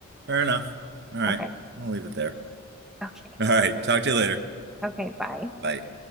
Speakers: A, on the right; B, in the centre.
A: Fair enough. All right.
B: Okay.
A: I'll leave it there.
B: Okay.
A: All right. Talk to you later.
B: Okay, bye.
A: Bye.